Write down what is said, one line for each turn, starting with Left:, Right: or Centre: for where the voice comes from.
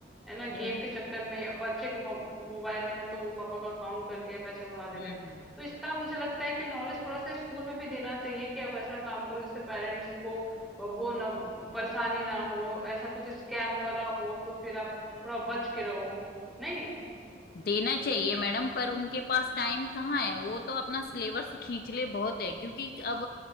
Centre: है ना
Left: यही
Centre: गेम के चक्कर
Left: है।
Centre: में अब बच्चे का मो- मोबाइल है तो वो पापा का अकाउंट करके पैसे उड़ा दे
Left: हम्म
Centre: रहे हैं तो इसका मुझे लगता है कि नॉलेज थोड़ा सा स्कूल में भी देना चाहिए कि आप ऐसा काम करो जैसे पेरेंट्स को और वो ना परेशानी ना हो ऐसा कुछ स्कैम वगैरह हो तो फिर आप थोड़ा बच के रहो नहीं
Left: देना चाहिए मैडम पर उनके पास टाइम कहाँ है वो तो अपना सिलेबस खींच ले बहुत है क्योंकि अब